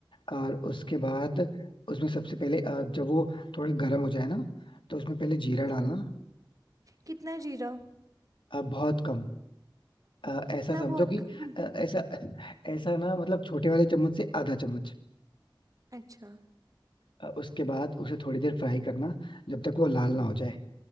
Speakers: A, on the left; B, on the right.
A: और उसके बाद उसमें सबसे पहले अ, जब वो थोड़ा गर्म हो जाए ना तो उसमें पहले जीरा डालना
B: हम्म कितना जीरा
A: अ, बहुत कम अ, ऐसा
B: कितना
A: समझो
B: बहुत
A: कि
B: कम
A: अ, ऐसा ऐसा ना मतलब छोटे वाले चम्मच से आधा चम्मच
B: अच्छा
A: अ, उसके बाद उसे थोड़ी देर फ्राई करना जब तक वो लाल ना हो जाए